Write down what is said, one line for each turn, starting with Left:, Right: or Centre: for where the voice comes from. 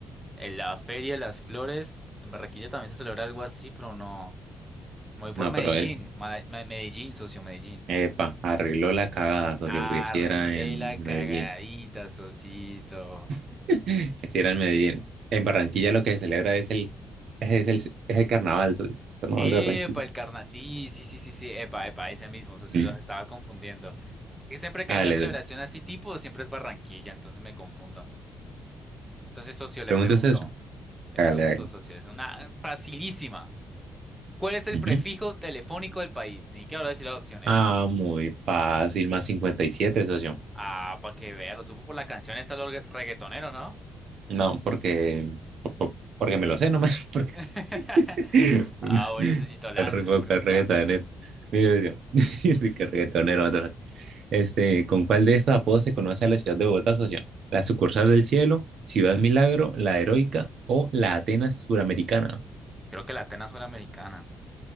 Centre: En la Feria de las Flores, en Barranquilla también se celebra algo así, pero no. Me voy por
Right: No,
Centre: Medellín,
Right: pero es.
Centre: Mala- Me- Medellín, socio, Medellín.
Right: Epa, arregló la cagada, socio,
Centre: Arreglé
Right: porque si era en
Centre: la cagadita,
Right: Medellín.
Centre: Sosito.
Right: <laughs> Si era en Medellín. En Barranquilla lo que se celebra es el, es el, es el carnaval, socio. Carnaval
Centre: Epa,
Right: de Barranquilla.
Centre: el carna. Sí, sí, sí, sí, sí. Epa, epa, ese mismo, Sosito,
Right: <laughs>
Centre: los estaba confundiendo. Que siempre que
Right: Hágale,
Centre: hay una celebración
Right: socio.
Centre: así tipo, siempre es Barranquilla, entonces me confundo. Entonces, socio, le
Right: Pregunta
Centre: pregunto,
Right: usted, socio.
Centre: le
Right: Hágale,
Centre: pregunto,
Right: hágale.
Centre: socio, es una facilísima. ¿Cuál es el
Right: Ujú.
Centre: prefijo telefónico del país? Ni que hablar de decir las opciones.
Right: Ah, muy fácil, más 57, socio.
Centre: Ah, para que vea, lo supo por la canción esta de los reggaetonero, ¿no?
Right: No, porque, por- por- porque me lo sé nomás, <laughs> porque
Centre: <laughs>
Right: sí. <laughs>
Centre: Ah, bueno, Sosito, lance
Right: El re-
Centre: su pregunta.
Right: el reggaetonero. Mire, socio, <laughs> qué reggaetonero. what Este, ¿con cuál de estos apodos se conoce a la ciudad de Bogotá, socio? ¿La sucursal del cielo, Ciudad Milagro, la Heroica o la Atenas Suramericana?
Centre: Creo que la Atenas suena americana.